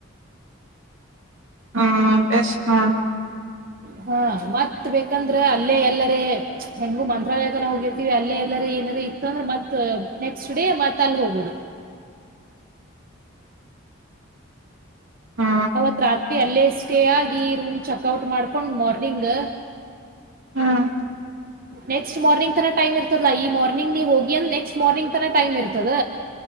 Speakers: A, on the right (about 80°); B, on the right (about 45°).
A: ಹಾ ಬೆಸ್ಟ ಹಾ
B: ಹಾ ಮತ್ತ್ ಬೇಕಂದ್ರೆ ಅಲ್ಲೇ ಎಲ್ಲರ ಹೆಂಗು ಮಂತ್ರಾಲಯ ತನ ಹೋಗಿರ್ತೀವಿ ಅಲ್ಲೇ ಎಲ್ಲರ ಏನದ ಇತ್ತಂದ್ರೆ ಮತ್ ನೆಕ್ಸ್ಟ್ ಡೇ ಮತ್ ಅಲ್ಲಿ ಹೋಗೋುದು
A: ಹಾ
B: ಅವತ್ ರಾತ್ರಿ ಅಲ್ಲೇ ಸ್ಟೇ ಆಗಿ ರೂಮ್ ಚೆಕ್ಔಟ್ ಮಾಡ್ಕೊಂಡ್ ಮಾರ್ನಿಂಗ್
A: ಹ್ಮ್
B: ನೆಕ್ಸ್ಟ್ ಮಾರ್ನಿಂಗ್ ತರ ಟೈಮ್ ಇರ್ತಲ್ಲಾ ಈ ಮಾರ್ನಿಂಗ್ ನೀ ಹೋಗಿ ನಕ್ಸ್ಟ್ ಮಾರನಿಂಗ ತರ ಟೈಮ್ ಇಲ್ಲಿ ತದ.